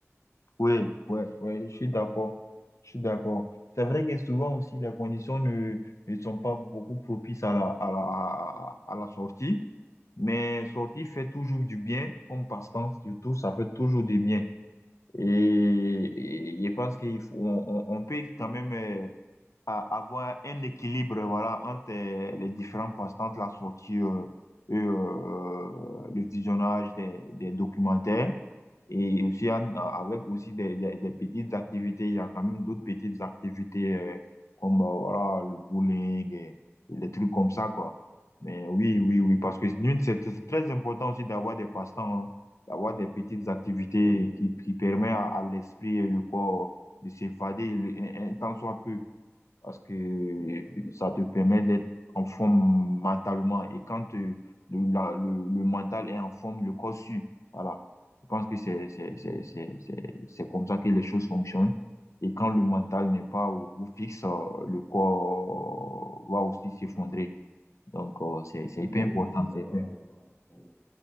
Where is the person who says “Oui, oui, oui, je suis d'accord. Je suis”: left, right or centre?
Left